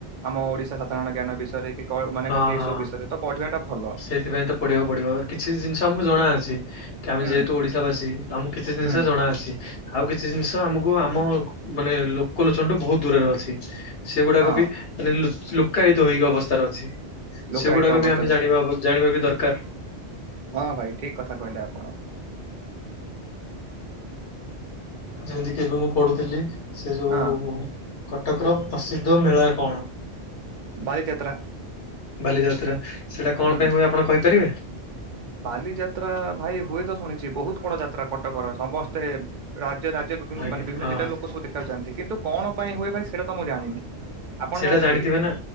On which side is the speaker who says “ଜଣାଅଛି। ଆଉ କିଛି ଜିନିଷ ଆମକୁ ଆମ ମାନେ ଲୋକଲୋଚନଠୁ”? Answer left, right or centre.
Left